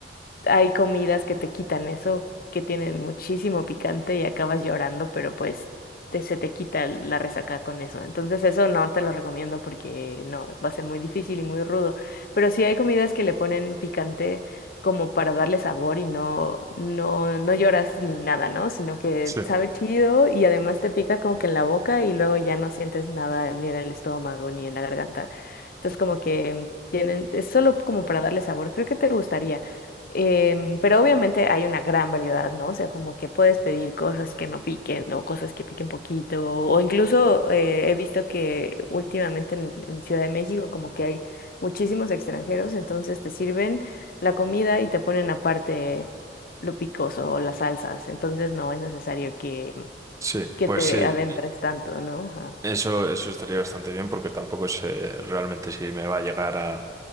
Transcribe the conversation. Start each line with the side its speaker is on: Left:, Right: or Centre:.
Left: hay comidas que te quitan eso, que tienen muchísimo picante y acabas llorando, pero pues te- se te quita la resaca con eso. Entonces eso no te lo recomiendo porque no, va a ser muy difícil y muy rudo. Pero sí hay comidas que le ponen picante como para darle sabor y no, no, no lloras ni nada, ¿no? Sino que
Right: sí,
Left: sabe chido y además te pica como que en la boca y luego ya no sientes nada ni en el estómago ni en la garganta. Entonces como que tienen, es solo como para darle sabor. Creo que te gustaría. Em, pero obviamente hay una gran variedad, ¿no? O sea, como que puedes pedir cosas que no piquen o cosas que piquen poquito, o incluso eh, he visto que últimamente en, en Ciudad de México como que hay muchísimos extranjeros, entonces te sirven la comida y te ponen aparte lo picoso o las salsas, entonces no es necesario que,
Right: sí.
Left: que
Right: Pues
Left: te
Right: sí,
Left: adentres tanto, ¿no?
Right: eso, eso estaría bastante bien porque tampoco sé realmente si me va a llegar a,